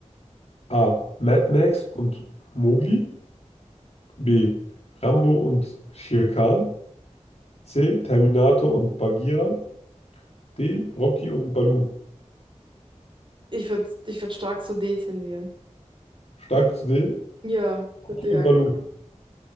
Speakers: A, on the left; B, on the right.
A: A. Mad Max und Mowgli. B. Rambo und Shere Khan. C. Terminator und Bagheera. D. Rocky und Baloo.
B: Ich würde ich würd stark zu D tendieren.
A: Stark zu D.
B: Ja, ich würde
A: Rocky
B: D
A: und
B: einloggen.
A: Baloo.